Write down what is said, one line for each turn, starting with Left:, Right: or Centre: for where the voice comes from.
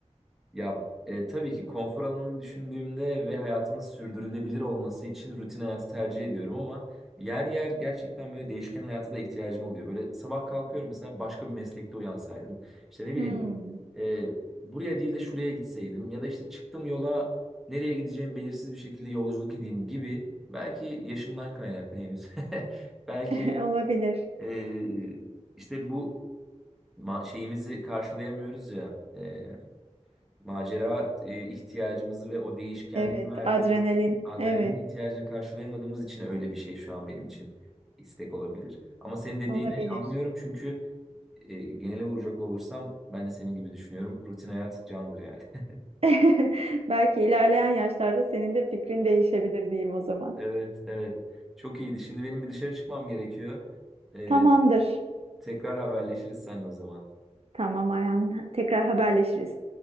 Centre: Ya e, tabii ki konfor alanını düşündüğümde ve hayatımın sürdürülebilir olması için rutin hayatı tercih ediyorum ama yer yer gerçekten böyle değişken hayata da ihtiyacım oluyor. Böyle sabah kalkıyorum mesela başka bir meslekte uyansaydım. İşte ne bileyim
Right: Hmm,
Centre: e, buraya değil de şuraya gitseydim ya da işte çıktım yola nereye gideceğim belirsiz bir şekilde yolculuk edeyim gibi. Belki yaşımdan kaynaklı henüz. <laughs> Belki
Right: <laughs> olabilir.
Centre: e, işte bu ma- şeyimizi karşılayamıyoruz ya. E, Macera e, ihtiyacımızı ve o değişkenliğin
Right: Evet,
Centre: verdiği
Right: adrenalin.
Centre: adrenalin
Right: Evet,
Centre: ihtiyacını karşılayamadığımız için öyle bir şey şu an benim için istek olabilir. Ama senin dediğini
Right: olabilir.
Centre: anlıyorum çünkü e, genele vuracak olursam ben de senin gibi düşünüyorum. Rutin hayat candır yani. <laughs>
Right: <laughs> Belki ilerleyen yaşlarda senin de fikrin değişebilir diyeyim o zaman.
Centre: Evet, evet. Çok iyiydi. Şimdi benim bir dışarı çıkmam gerekiyor. E,
Right: Tamamdır.
Centre: tekrar haberleşiriz seninle o zaman.
Right: Tamam Ayhan. Tekrar haberleşiriz.